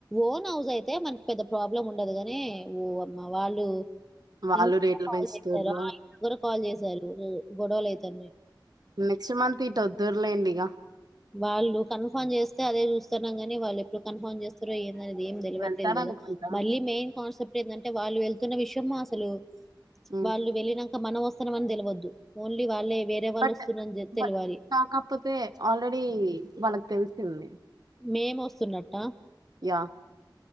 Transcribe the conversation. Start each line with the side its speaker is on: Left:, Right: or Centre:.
Centre: ఓన్ హౌజైతే మన్కి పెద్ద ప్రాబ్లముండదు గాని ఓ అమ్మ వాళ్ళు.
Right: వాళ్ళు
Centre: ఇ <unintelligible>
Right: రేట్లు
Centre: కాల్
Right: పెంచుతుర్రు
Centre: జేత్తారా <unintelligible> కాల్ జేశారు గొడవలయ్తాన్నాయ్
Right: నెక్స్ట్ మంత్ ఇటొద్దుర్లేండిగ.
Centre: వాళ్ళు కన్ఫామ్ జేస్తే అదే జూస్తన్నాం గా. ని వాళ్ళెప్పుడు కన్ఫామ్ జేస్ ఇప్పుడే ఏందనేది ఏంతెలవట్లేదు
Right: వెళ్తారనుకుంటా
Centre: గదా మళ్ళీ మెయ్న్ కాన్సెప్ట్ ఏందంటే వాళ్ళు వెల్. తున్న విషమా అసలు.
Right: హ్మ్
Centre: వాళ్ళు వెళ్ళినంక మనం వొస్ కొంతమంది తెలవద్దు ఓన్లీ వాళ్ళే వేరే వాళ్ళు
Right: బట్
Centre: వస్తున్నారని తెలవాలి
Right: బట్ సౌకాప్పొతే ఆల్రెడీ. వాళ్ళక్ తెలిసింది
Centre: మేమొస్తున్నట్టా
Right: యా